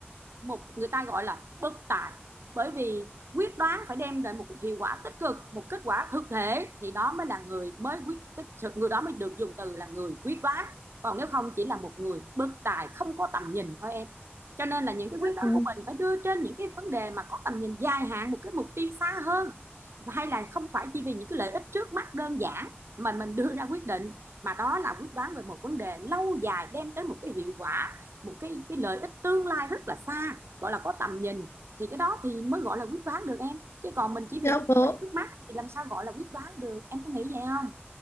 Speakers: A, on the right; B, on the left.
A: một người ta gọi là bất tài bởi vì quyết đoán phải đem lại một hiệu quả tích cực một kết quả thực thể thì đó mới là người mới quyết tích sự người đó mới được dùng từ là người quyết đoán còn nếu không chỉ là một người bất tài không có tầm nhìn thôi em cho nên là những cái quyết
B: Ừ.
A: đoán của mình phải đưa trên những cái vấn đề mà có tầm nhìn dài hạn một cái mục tiêu xa hơn hay là không phải chỉ vì những cái lợi ích trước mắt đơn giản mà mình đưa ra quyết định mà đó là quyết đoán về một vấn đề lâu dài đem tới một cái hiệu quả một cái cái lợi ích tương lai rất là xa gọi là có tầm nhìn thì cái đó thì mới gọi là quyết đoán được em chứ còn mình chỉ
B: Dạ
A: vì cái
B: vâng.
A: lợi ích trước mắt thì làm sao gọi là quyết đoán được em có nghĩ vậy không